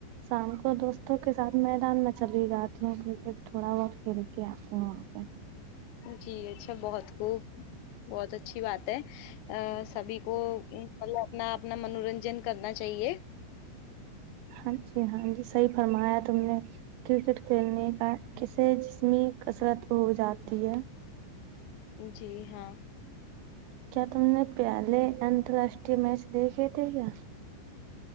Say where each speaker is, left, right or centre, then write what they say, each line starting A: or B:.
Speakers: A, on the right; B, on the left.
A: شام کو دوستوں کے ساتھ میدان میں چلی جاتی ہوں کرکٹ تھوڑا بہت کھیل کے آتی ہوں وہاں پہ
B: جی اچھا بہت خوب بہت اچھی بات ہے سبھی کو مطلب اپنا اپنا منورنجن کرنا چاہیے
A: ہاں جی ہاں جی صحیح فرمایا تم نے کرکٹ کھیلنے کا کسے جسمی کسرت ہو جاتی ہے
B: جی ہاں
A: کیا تم نے پہلے انترراشٹریہ میچ دیکھے تھے کیا